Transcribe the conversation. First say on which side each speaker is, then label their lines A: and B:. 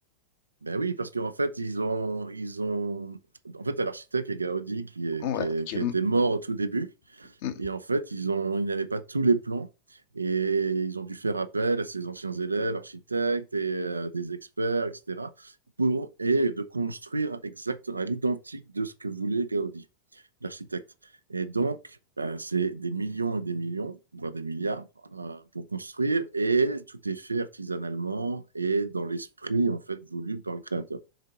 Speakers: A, on the right; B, on the left.
A: ben oui, parce qu'en fait, ils ont, ils ont. En fait, t'as l'architecte qui est Gaudi, qui, est-
B: Ouais,
A: qui est-
B: ok.
A: qui a été mort au tout début.
B: Mm,
A: Et en fait, ils ont, ils n'avaient pas tous les plans et ils ont dû faire appel à ces anciens élèves, architectes et euh, des experts, etc., pour, et de construire exact, à l'identique de ce que voulait Gaudi, l'architecte. Et donc, ben, c'est des millions et des millions, voire des milliards, euh, pour construire et tout est fait artisanalement et dans l'esprit, en fait, voulu par le créateur.